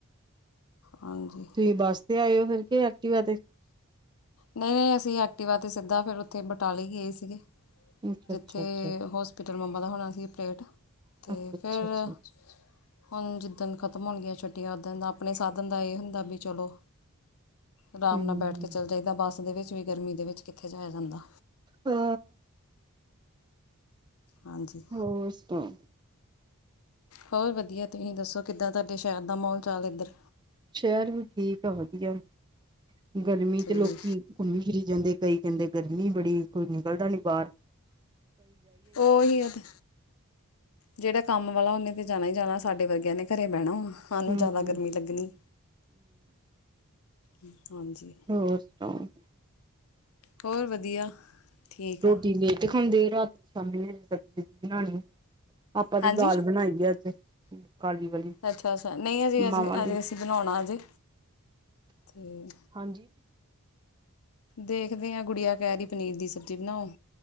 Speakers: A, on the left (about 75°); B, on the right (about 20°).
A: ਹਾਂਜੀ।
B: ਤੁਸੀਂ ਬੱਸ ਤੇ ਆਇਓ ਫਿਰ ਕੇ ਐਕਟੀਵਾ ਤੇ?
A: ਨਹੀਂ, ਅਸੀਂ ਐਕਟੀਵਾ ਤੇ ਸਿੱਧਾ ਫਿਰ ਉੱਥੇ ਬਟਾਲੇ ਗਏ ਸੀਗੇ
B: ਅੱਛਾ-ਅੱਛਾ-ਅੱਛਾ
A: ਜਿੱਥੇ ਹੋਸ ਪਿੱਟਲ ਮੰਮਾ ਦਾ ਹੋਣਾ ਸੀ ਔਪਰੇਟ, ਤੇ
B: ਅੱਛਾ-ਅੱਛਾ-ਅੱਛਾ
A: ਫੇਰ ਹੁਣ ਜਿੱਦਣ ਖ਼ਤਮ ਹੋਣਗੀਆਂ ਛੁੱਟੀਆਂ ਓਦਣ ਅਪਣੇ ਸਾਧਨ ਦਾ ਏਹ ਹੁੰਦਾ ਵੀ ਚਲੋ ਅਰਾਮ
B: ਹੂੰ
A: ਨਾਲ ਬੈਠ ਕੇ ਚੱਲ ਜਾਈਦਾ ਬੱਸ ਦੇ ਵਿੱਚ ਵੀ ਗਰਮੀ ਦੇ ਵਿੱਚ ਕਿੱਥੇ ਜਾਇਆ ਜਾਂਦਾ।
B: ਹੂੰ,
A: ਹਾਂਜੀ
B: ਹੋਰ ਸੁਣਾਓ?
A: ਹੋਰ ਵਧੀਆ ਤੁਹੀਂ ਦੱਸੋ ਕਿੱਦਾਂ ਤਾਡੇ ਸੈ਼ਰ ਦਾ ਮੌਲ-ਚਾਲ ਇੱਧਰ?
B: ਸੈ਼ਰ ਵੀ ਠੀਕ ਐ ਵਧੀਅ ਐ ਗਰਮੀ
A: ਤੇ
B: ਚ ਲੋਕੀ ਘੁੱਮੀ-ਫਿਰੀ ਜਾਂਦੇ ਕਈ ਕੈੰਦੇ ਗਰਮੀ ਬੜੀ ਕੋਈ ਨਿਕਲਦਾ ਨੀ ਬਾਰ।
A: ਓਹੀਓ ਤੇ। ਜੇੜਾ ਕੰਮ ਵਾਲਾ ਔਨੇ ਫਿਰ ਜਾਣਾ ਈ ਜਾਣਾ, ਸਾਡੇ ਵਰਗਿਆਂ ਨੇ ਘਰੇ ਬੈਣਾ ਵਾ। ਸਾਨੂੰ
B: ਹੂੰ-ਹੂੰ
A: ਜਿਆਦਾ ਗਰਮੀ ਲੱਗਣੀ, ਹੂੰ ਹਾਂਜੀ।
B: ਹੋਰ ਸੁਣਾਓ?
A: ਹੋਰ ਵਧੀਆ ਠੀਕ
B: ਰੋਟੀ
A: ਆ
B: ਲੇਟ ਖਾਂਦੇ ਰਾਤ ਸ਼ਾਮੀ ਲੇ ਸਬਜ਼ੀ ਸਬੀ ਬਣਾਣੀ ਏ। ਆਪਾਂ ਤੇ
A: ਹਾਂਜੀ
B: ਦਾਲ ਬਣਾਈ ਐ ਅੱਜ ਕਾਲੀ ਵਾਲੀ
A: ਅੱਛਾ-ਅੱਛਾ ਨਈ ਹਜੇ ਅਜੇ
B: ਮਾਵਾਂ
A: ਹਜੇ
B: ਦੀ
A: ਅਸੀਂ ਬਣਾਉਣਾ ਅਜੇ ਤੇ
B: ਹਾਂਜੀ
A: ਦੇਖਦੇ ਆ ਗੁੜੀਆ ਕੈਹ ਰੀ ਪਨੀਰ ਦੀ ਸਬਜ਼ੀ ਬਣਾਓ